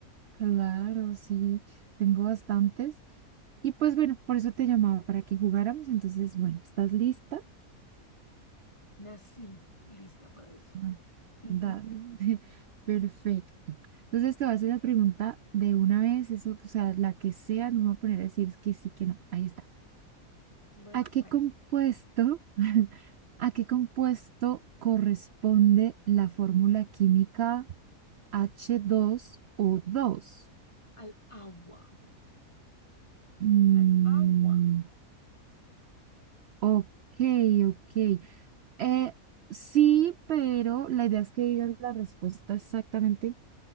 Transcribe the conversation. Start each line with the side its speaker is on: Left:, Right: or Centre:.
Right: claro, sí, tengo bastantes. Y pues bueno, por eso te llamaba, para que jugáramos, entonces, bueno, ¿estás lista?
Left: Nací lista para esto.
Right: Ah,
Left: <laughs>
Right: Dale, <laughs> perfecto. Entonces te voy a hacer la pregunta de una vez, eso, o sea, la que sea, no me voy a poner a decir que sí, que no. Ahí está.
Left: Bueno,
Right: ¿A qué
Left: pues,
Right: compuesto, <laughs> a qué compuesto corresponde la fórmula química h dos o dos
Left: al agua.
Right: Mm,
Left: Al agua.
Right: ok, ok. Eh, sí, pero la idea es que digas la respuesta exactamente